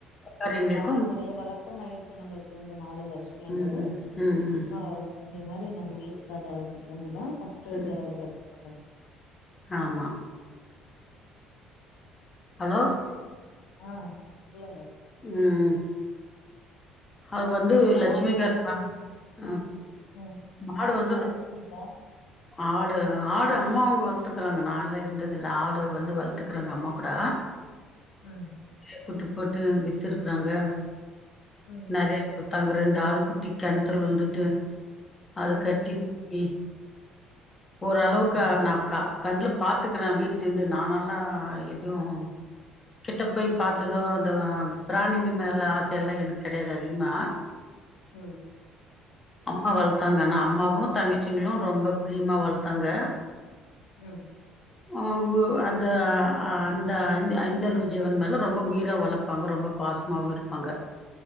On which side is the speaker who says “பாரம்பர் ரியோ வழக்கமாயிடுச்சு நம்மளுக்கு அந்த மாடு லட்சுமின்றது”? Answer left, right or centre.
Left